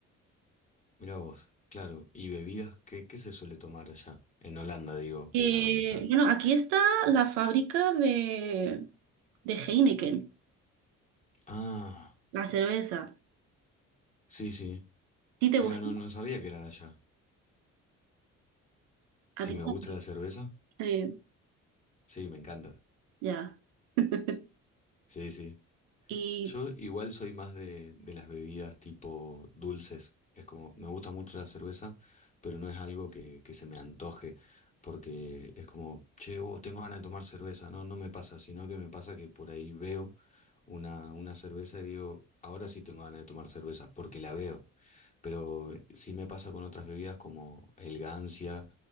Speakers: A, on the left; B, on the right.
A: Mira vos, claro. ¿Y bebidas? ¿Qué, qué se suele tomar allá? En Holanda, digo, que
B: Eh,
A: a dónde estás.
B: bueno, aquí está la fábrica de, de Heineken,
A: Ah,
B: la cerveza. ¿A
A: sí, sí.
B: ti te
A: Mira,
B: gusta?
A: no, no sabía que era de allá. Sí,
B: A ti
A: me
B: también.
A: gusta la cerveza.
B: Sí,
A: Sí, me encanta.
B: ya. <laughs>
A: Sí, sí.
B: Y
A: Yo igual soy más de, de las bebidas tipo dulces. Es como, me gusta mucho la cerveza, pero no es algo que, que se me antoje, porque es como, che, oh, tengo ganas de tomar cerveza. No, no me pasa, sino que me pasa que por ahí veo una, una cerveza y digo, ahora sí tengo ganas de tomar cerveza, porque la veo. Pero sí me pasa con otras bebidas como el Gancia